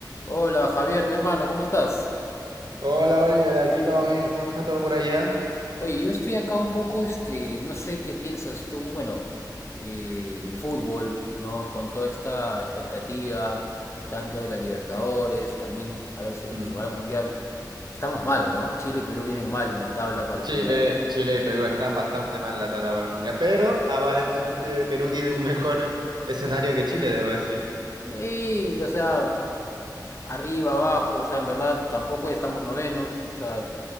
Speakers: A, on the left; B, on the right.
A: Hola Javier, mi hermano, ¿cómo estás?
B: Hola Oliver, aquí todo bien, ¿cómo está todo por allá?
A: Oye, yo estoy acá un poco, este, no sé qué piensas tú, bueno, eh, el fútbol, ¿no? Con toda esta expectativa, tanto de la Libertadores, también a ver si es
B: Mm.
A: que se va al Mundial. Estamos mal, ¿no? Chile y Perú vienen mal en la tabla para
B: Chile,
A: el Mundial.
B: Chile y Perú están bastante mal en la tabla para el mundial, pero aparentemente Perú tiene un mejor escenario que Chile, debo decir.
A: Sí, o sea, arriba, abajo, o sea, en verdad tampoco estamos novenos, o sea,